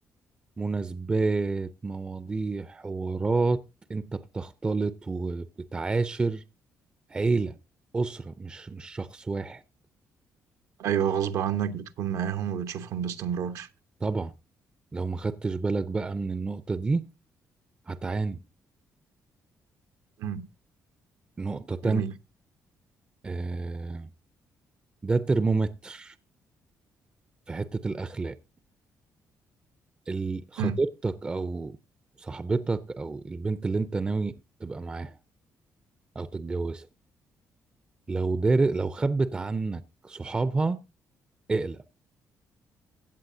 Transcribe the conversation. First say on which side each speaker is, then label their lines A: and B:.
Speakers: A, on the right (about 15°); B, on the right (about 80°).
A: مناسبات مواضيع حوارات انت بتختلط وبتعاشر عيلة أسرة مش مش شخص واحد
B: ايوه غصب عنك بتكون معاهم وبتشوفهم باستمرار
A: طبعا لو ما خدتش بالك بقى من النقطة دي هتعاني
B: مم.
A: نقطة تانية
B: جميل
A: آه ده ترمومتر في حتة الأخلاق ال- خطيبتك
B: مم.
A: أو صاحبتك أو البنت اللي انت ناوي تبقى معاها أو تتجوزها لو دار لو خبت عنك صحابها اقلق